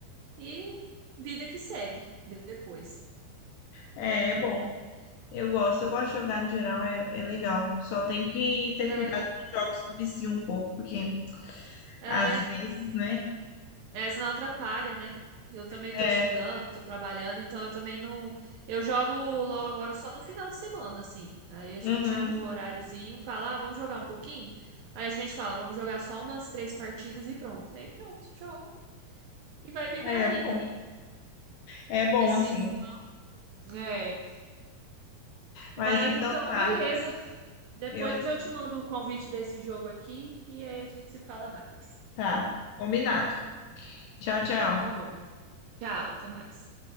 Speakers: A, on the right; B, on the left.
A: e vida que segue depois.
B: É, é bom. Eu gosto, eu gosto de jogar no geral, é, é legal. Só tem que ter
A: É,
B: cuidado com jogos que viciam um pouco, porque
A: é,
B: às vezes, né?
A: É, senão atrapalha, né? Eu também
B: É,
A: tô estudando, tô trabalhando, então eu também não. Eu jogo LOL agora só no final de semana, assim. Aí a gente
B: uhum,
A: tira um horáriozinho, fala, ah, vamos jogar um pouquinho? Aí a gente fala, vamos jogar só umas três partidas e pronto. Aí pronto, joga e vai viver
B: Aí
A: a
B: é
A: vida.
B: bom, é bom
A: Esse.
B: assim.
A: É. Mas
B: Mas então
A: então,
B: tá,
A: beleza. Depois
B: eu vou.
A: eu te mando o convite desse jogo aqui e aí a gente se fala mais.
B: Tá, combinado. Tchau,
A: Então
B: tchau.
A: tá bom. Tchau, até mais.